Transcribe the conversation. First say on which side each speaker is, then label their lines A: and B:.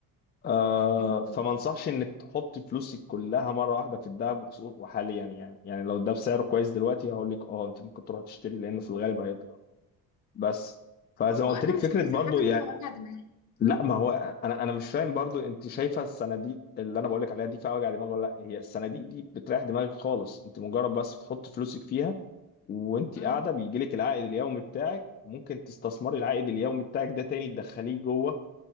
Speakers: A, on the left; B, on the left.
A: آه
B: ما هو
A: فما انصحش انك تحط فلوسك كلها مرة واحدة في الذهب وخصو- وحاليا يعني يعني لو ده بسعره كويس دلوقتي هقول لك اه انت ممكن تروح تشتري لانه في الغالب هيطلع بس فزي
B: ما هو
A: ما قلت
B: انا
A: لك
B: مش
A: فكرة
B: عايزه
A: برضو
B: حاجه
A: يعني
B: فيها وجع دماغ
A: لا ما هو انا انا مش فاهم برضو انت شايفه الصناديق اللي انا بقول لك عليها دي فيها وجع دماغ ولا لا هي الصناديق دي بتريح دماغك خالص انت مجرد بس بتحط فلوسك فيها وانت
B: مم.
A: قاعده بيجي لك العائد اليومي بتاعك وممكن تستثمري العائد اليومي بتاعك ده تاني تدخليه جوه